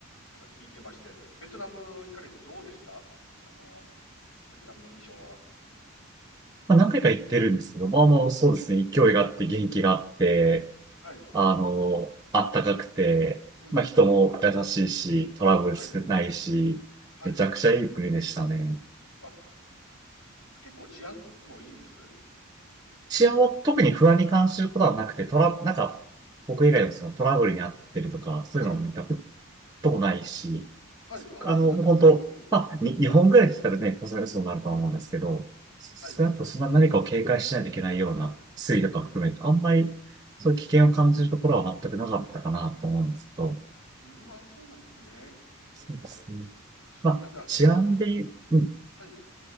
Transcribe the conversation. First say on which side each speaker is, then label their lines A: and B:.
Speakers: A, on the left (about 80°); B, on the right (about 15°).
A: なんか聞いてまして、ベトナム行かれてどうでしたあの、ベトナムの印象は。
B: まあ、何回か行ってるんですけど、まあもうそうですね、勢いがあって、元気があって、
A: はい。
B: あの、あったかくて、
A: うん。
B: まあ人も優しいし、トラブル少ないし、
A: はい。はい。
B: めちゃくちゃいい国でしたね。
A: あ、結構治安もいいんです
B: 一応、特に不安に感じることはなくて、トラ、なんか、僕以外のそのトラブルに遭ってるとか、そういうのを見たこ
A: はい。
B: ともないし、
A: はい。ああ、
B: あの、
A: そうなんですね。
B: 本当、
A: うん。
B: まあ、に、日本ぐらい来たらね、さすがにそうなるとは思うんですけど、少なくともそんな何かを警戒しないといけないような推移とか含めて、
A: はい。
B: あんまりそういう危険を感じるところは全くなかったかなと思うんですけど、
A: うん、ああ、そうなんですね。ええ、
B: そうですね。まあ、
A: なんか、
B: 治安で言う、
A: うん
B: うん
A: はい。